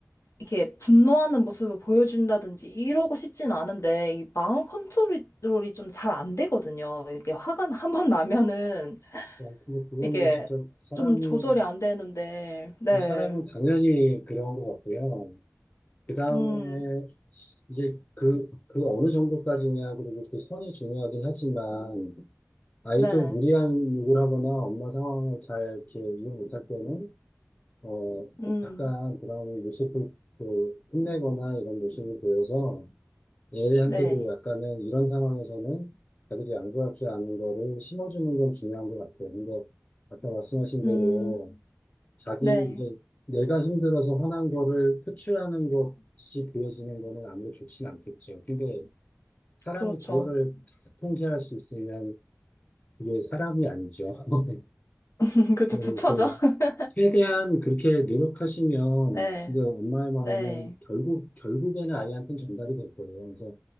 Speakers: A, on the left; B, on the left.
A: 이렇게 분노하는 모습을 보여준다든지, 이러고 싶진 않은데, 이 마음 컨트롤이 좀 잘 안 되거든요. 이게 화가 한 번 나면은,
B: 어, 근데 그거는
A: 이게
B: 진짜 사람은,
A: 좀 조절이 안 되는데, 네,
B: 뭐 사람은 당연히 그런 것 같고요. 그 다음에
A: 음,
B: 이제 그, 그 어느 정도까지냐, 그리고 그 선이 중요하긴 하지만, 아이도
A: 네,
B: 무리한 욕을 하거나 엄마 상황을 잘 이렇게 이해 못할 때는 어
A: 음,
B: 약간 브라운이 모습을 그 혼내거나 이런 모습을 보여서 얘한테도
A: 네,
B: 약간은 이런 상황에서는 자기들이 안 구할 줄 아는 거를 심어주는 건 중요한 것 같아요. 근데 아까 말씀하신 대로
A: 음,
B: 자기
A: 네,
B: 이제 내가 힘들어서 화난 거를 표출하는 것이 보여지는 거는 아무리 좋진 않겠죠. 근데 사람이
A: 그렇죠.
B: 그거를 다 통제할 수 있으면 이게 사람이 아니죠. <laughs>
A: <laughs> 그렇죠,
B: 뭐
A: 부처죠.
B: 이렇게
A: <laughs>
B: 최대한 그렇게 노력하시면
A: 네,
B: 이제 엄마의 마음은
A: 네,
B: 결국 결국에는 아이한테는 전달이 될 거예요. 그래서